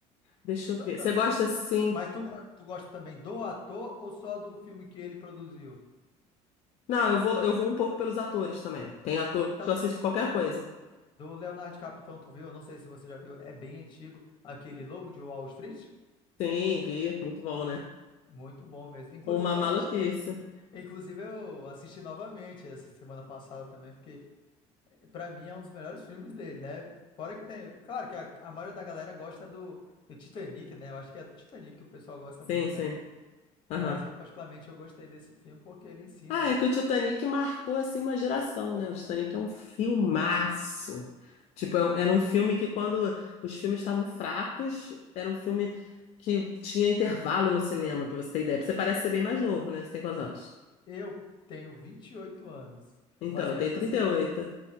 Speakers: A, on the left; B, on the left.
A: Deixa eu
B: Então,
A: ver.
B: então,
A: Você gosta
B: se tu-
A: assim?
B: mas tu, go- tu gosta também do ator ou só do filme que ele produziu?
A: Não, eu vou, eu vou um pouco pelos atores também. Tem atores
B: Então,
A: que eu assisto qualquer coisa.
B: do Leonardo DiCaprio, então tu viu? Eu Não sei se você já viu, é bem antigo, aquele Lobo de Wall Street.
A: Sim, vi, muito bom, né?
B: Muito bom mesmo. Inclusive,
A: Uma maluquice.
B: eu assisti, é, inclusive eu assisti novamente essa semana passada também, porque pra mim é um dos melhores filmes dele, né? Fora que tem, claro que a, a maioria da galera gosta do, do Titanic, né? Eu acho que é do Titanic que o pessoal gosta
A: Sim,
B: muito,
A: sim.
B: né?
A: Aham.
B: Mas eu particularmente eu gostei desse filme porque ele ensina
A: Ah, é que o Titanic marcou assim uma geração, né? O Titanic é um filmaço. Tipo, é- um- era um filme que quando os filmes estavam fracos, era um filme que tinha intervalo no cinema, pra você ter ideia. Você parece ser bem mais novo, né? Você tem quantos anos?
B: Eu tenho 28 anos,
A: Então,
B: mas
A: eu
B: mesmo
A: tenho trinta
B: assim eu
A: e
B: pe...
A: oito.